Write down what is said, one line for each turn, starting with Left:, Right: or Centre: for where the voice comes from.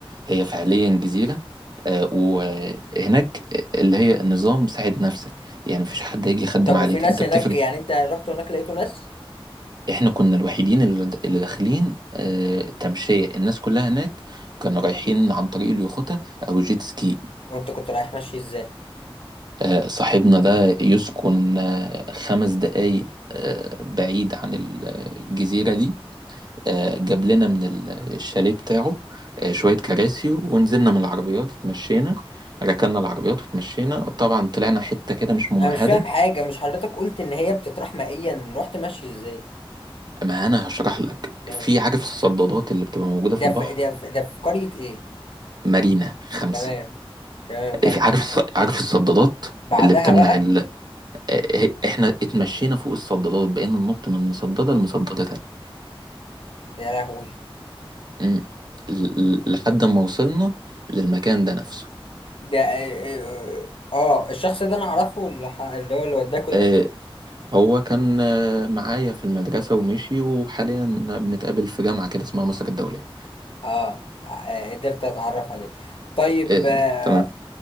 Right: هي فعليا جزيره آه، وهناك اللي هي نظام ساعد نفسك يعني مفيش حد هيجي يخدم
Left: طب
Right: عليك
Left: وفي ناس
Right: انت
Left: هناك
Right: بتفرق
Left: يعني انت رحت هناك لقيته ناس
Right: احنا كنا الوحيدين اللي اللي داخلين آه، تمشيه الناس كلها هناك كانوا رايحين عن طريق اليخوتة او الجيت سكي
Left: وانت كنت رايح ماشي ازاي
Right: آه، صاحبنا ده يسكن آه، خمس دقايق آه، بعيد عن الجزيره دي آه، جاب لنا من ال- الشاليه بتاعه آه، شوية كراسي ونزلنا من العربيات اتمشينا ركننا العربيات واتمشينا طبعا طلعنا حتة كده مش ممهدة
Left: انا مش فاهم حاجه مش حضرتك قلت ان هي بتطرح مائيا رحت ماشي ازاي
Right: ما أنا هشرح لك
Left: ماشي
Right: في عارف الصدادات اللي بتبقى موجودة
Left: ده
Right: في البحر
Left: في ده في ده في قريه ايه
Right: مارينا خمسة
Left: تمام تمام كمل
Right: في عارف الص- عارف الصدادات
Left: بعدها
Right: اللي بتمنع
Left: بقى
Right: ال... آه، هي- احنا اتمشينا فوق الصدادات بقينا ننط من مصددة لمصددة تانية
Left: يا لهوي
Right: مم. ل- ل- لحد ما وصلنا للمكان ده نفسه
Left: ده اه اه، اه، آه، الشخص ده انا اعرفه اللي ح- اللي هو اللي وداكوا ده
Right: آه، هو كان آه، معايا في المدرسة ومشي وحاليا بنتقابل في جامعة كده اسمها مصر الدولية
Left: اه اه، قدرت اتعرف عليه طيب
Right: آه،
Left: اه،
Right: تمام